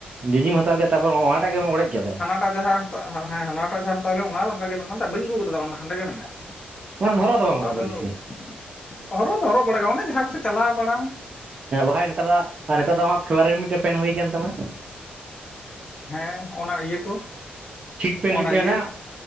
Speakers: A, on the right; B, on the left.
A: ᱜᱮᱸᱡᱤᱢ ᱦᱟᱛᱟᱣ ᱠᱮᱫ ᱛᱟᱯᱚᱨ ᱚᱱᱟᱴᱟᱜ ᱜᱮᱢ ᱚᱲᱮᱡ ᱠᱮᱫᱟ?
B: ᱴᱟᱜ ᱡᱟᱦᱟᱸ ᱦᱟᱱᱟᱴᱟᱜ ᱡᱟᱦᱟᱸ ᱦᱟᱛᱟᱣ ᱦᱩᱭ ᱞᱮᱱ ᱚᱱᱟ ᱫᱚ ᱚᱱᱠᱟ ᱜᱮ ᱵᱟᱹᱧ ᱟᱹᱜᱩ ᱠᱟᱫᱟ ᱛᱚ ᱦᱟᱸᱰᱮ ᱜᱮ ᱢᱮᱱᱟᱜ-ᱟ ᱾
A: ᱚᱱᱟ ᱫᱚ ᱦᱚᱨᱚᱜ ᱵᱟᱢ
B: ᱚᱱᱟ
A: ᱦᱚᱨᱚᱜ
B: ᱫᱚ
A: ᱫᱟ
B: ᱩ
A: ᱵᱮᱥᱤ
B: ᱦᱚᱨᱚᱜ ᱫᱚ ᱦᱚᱨᱚᱜ ᱵᱟᱲᱟ ᱜᱮ ᱚᱱᱮ ᱡᱟᱦᱟᱸ ᱠᱚᱥᱮᱫ ᱪᱟᱞᱟᱣ ᱵᱟᱲᱟ ᱾
A: ᱦᱮᱸ ᱵᱟᱠᱷᱟᱡ ᱱᱤᱛᱟᱨ ᱟᱜ ᱱᱮᱛᱟᱨ ᱫᱚ ᱟᱢᱟᱜ ᱯᱷᱮᱵᱽᱨᱮᱨ ᱢᱤᱫᱴᱮᱸᱱ ᱯᱮᱱ ᱦᱩᱭ ᱟᱠᱟᱱ ᱛᱟᱢᱟ ᱾
B: ᱦᱮᱸ ᱚᱱᱟ ᱤᱭᱟᱹ ᱠᱚ᱾
A: ᱪᱷᱤᱴ ᱯᱮᱱ
B: ᱚᱱᱟ
A: ᱢᱤᱫᱴᱮᱱ
B: ᱤᱭᱟᱹ
A: ᱢᱮᱱᱟᱜᱼᱟ